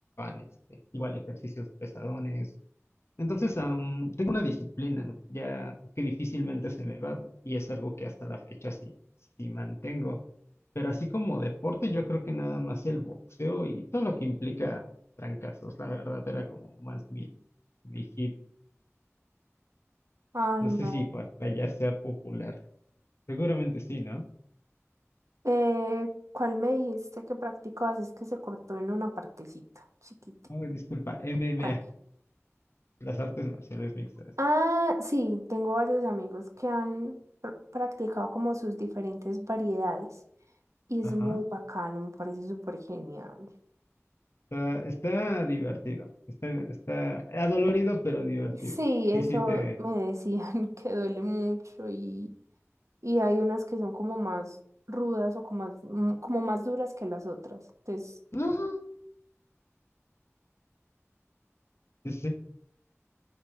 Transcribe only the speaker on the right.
Ay,
no.
Eh, ¿cuál me dijiste que practicabas? Es que se cortó en una partecita, chiquitita.
Tranqui.
Ah, sí, tengo varios amigos que han pr- practicado como sus diferentes variedades y es
muy bacano, me parece súper genial.
Sí, eso
me decían <laughs> que duele mucho y, y hay unas que son como más rudas o como más, mm, como más duras que las otras. Entonces,